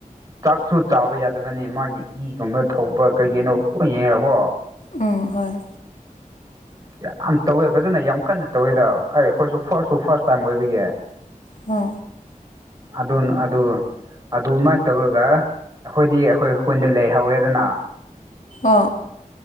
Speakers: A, on the right; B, on the left.
A: ꯆꯥꯛꯁꯨ ꯆꯥꯕ ꯌꯥꯗꯕꯅꯦ ꯃꯥꯒꯤ ꯏꯒꯨꯝꯕ ꯊꯧꯕ ꯀꯩ ꯀꯅꯣ ꯂꯣꯏ ꯌꯦꯡꯉꯀꯣ
B: ꯑꯝ ꯍꯣꯏ
A: ꯌꯥꯝ ꯇꯧꯋꯦ ꯐꯖꯅ ꯌꯥꯝ ꯀꯟꯅ ꯇꯧꯋꯦꯗ ꯑꯩ ꯑꯩꯈꯣꯏꯁꯨ ꯐꯥꯔꯁꯠꯁꯨ ꯐꯥꯔꯁ ꯇꯥꯏꯝ ꯑꯣꯏꯕꯤꯌꯦꯦ
B: ꯍ
A: ꯑꯗꯨ ꯑꯗꯨ ꯑꯗꯨꯃꯥꯏꯅ ꯇꯧꯔꯒ ꯑꯩꯈꯣꯏꯗꯤ ꯑꯩꯈꯣꯏꯣꯏꯟꯗ ꯂꯩꯍꯧꯔꯦ ꯑꯗꯨꯗꯅꯥ
B: ꯑꯥ